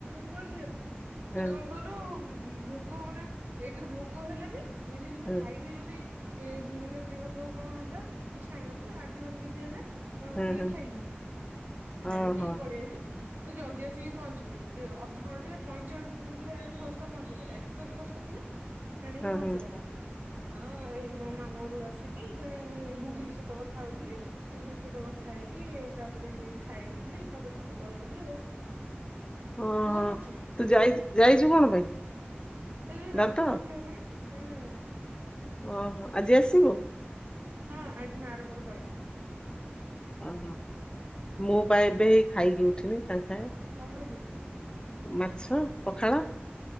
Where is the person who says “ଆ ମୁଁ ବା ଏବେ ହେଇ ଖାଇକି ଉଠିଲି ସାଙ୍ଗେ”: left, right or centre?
Left